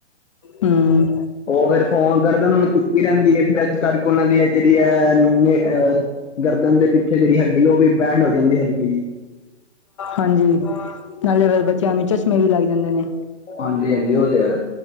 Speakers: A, on the left; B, on the left.
A: ਹੂੰ।
B: ਉਹ ਫੇਰ, ਫੋਨ ਕਰਦੇ, ਉਹਨਾਂ ਨੂੰ ਚੁੱਕੀ ਰਹਿੰਦੀ ਹੈ। ਫੇਰ ਇਸ ਕਰਕੇ, ਉਹਨਾਂ ਦੀ ਜਿਹੜੀ ਆ ਅਹ। ਗਰਦਨ ਦੇ ਪਿੱਛੇ, ਜਿਹੜੀ ਹੱਡੀ, ਉਹ ਵੀ ਬੈਂਡ ਹੋ ਜਾਂਦੀ, ਹਲਕੀ ਜੀ।
A: ਹਾਂਜੀ, ਨਾਲੇ ਫੇਰ, ਬੱਚਿਆਂ ਨੂੰ ਚਸ਼ਮੇ ਵੀ ਲੱਗ ਜਾਂਦੇ ਨੇ।
B: ਹਾਂਜੀ- ਹਾਂਜੀ, ਉਹ ਤੇ ਹੈ।